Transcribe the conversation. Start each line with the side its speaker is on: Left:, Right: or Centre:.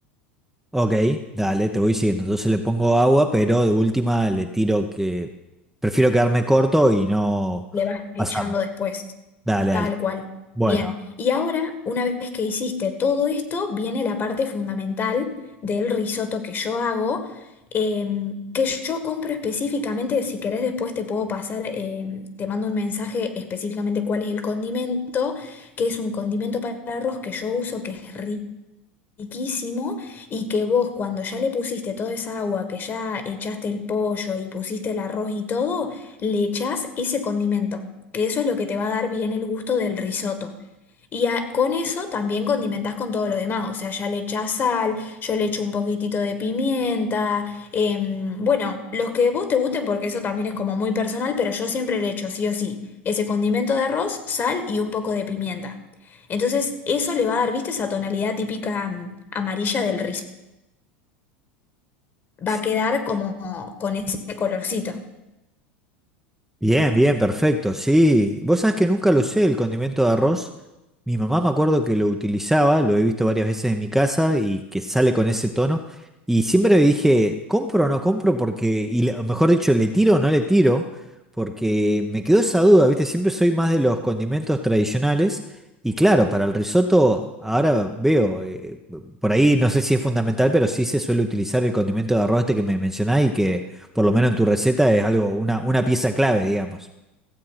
Centre: Ok, dale, te voy siguiendo. Entonces le pongo agua, pero de última le tiro que prefiero quedarme corto y no
Left: le vas echando
Centre: pasarme.
Left: después.
Centre: Dale,
Left: Tal
Centre: dale.
Left: cual.
Centre: Bueno.
Left: Bien. Y ahora, una vez que hiciste todo esto, viene la parte fundamental del risotto que yo hago, em, que yo compro específicamente, si querés después te puedo pasar, em, te mando un mensaje específicamente cuál es el condimento, que es un condimento para arroz que yo uso, que es riquísimo riquísimo y que vos cuando ya le pusiste toda esa agua, que ya echaste el pollo y pusiste el arroz y todo, le echás ese condimento, que eso es lo que te va a dar bien el gusto del risotto. Y a- con eso también condimentás con todo lo demás, o sea, ya le echás sal, yo le echo un poquitito de pimienta, em, bueno, los que vos te gusten porque eso también es como muy personal, pero yo siempre le echo sí o sí ese condimento de arroz, sal y un poco de pimienta. Entonces eso le va a dar, viste, esa tonalidad típica mm, amarilla del rizo.
Centre: sí.
Left: Va a quedar como con ese colorcito.
Centre: Bien, bien, perfecto. Sí, vos sabés que nunca lo usé el condimento de arroz. Mi mamá me acuerdo que lo utilizaba, lo he visto varias veces en mi casa y que sale con ese tono. Y siempre dije, ¿compro o no compro? Porque, y le- o mejor dicho, ¿le tiro o no le tiro? Porque me quedó esa duda, ¿viste? Siempre soy más de los condimentos tradicionales. Y claro, para el risotto, ahora veo, eh, por ahí no sé si es fundamental, pero sí se suele utilizar el condimento de arroz este que me mencionás y que por lo menos en tu receta, es algo, una, una pieza clave, digamos.